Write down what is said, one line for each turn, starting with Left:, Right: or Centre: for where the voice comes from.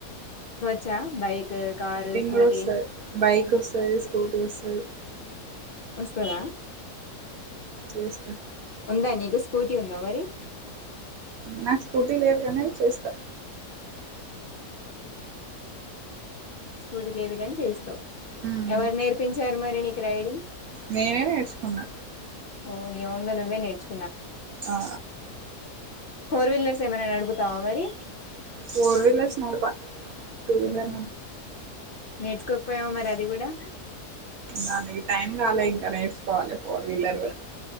Left: చ్చ బైక్ కార్ స్కూటీ
Right: కూడా వస్తది బైక్ వస్తది స్కూటీ వస్తది
Left: వస్తారా
Right: చేస్తా
Left: ఉందా నీకు స్కూటీ ఉందా మరి
Right: నాకు స్కూటీ లేదుకనేవి చేస్తా
Left: స్కూటీ లేదు కాని చేస్తావు
Right: హ్మ్.
Left: ఎవరు నేర్పించారు మరి నీకు రైడింగ్
Right: నేనే నేర్చుకున్నా
Left: ఓ న ఒంద నువ్వే నేర్చు
Right: ఆ
Left: ఫోర్ వీలర్స్ ఏమైనా అడుగుతావా మరి
Right: ఫోర్ వీలర్స్ నాడుపా టూ వీలర్
Left: మ్మ్ నేర్చుకోకపోయావా మరి అది కూడా
Right: దానికి టైం రాలే ఇంకా నేర్చుకోవాలి ఫోర్ వీలర్ కూడా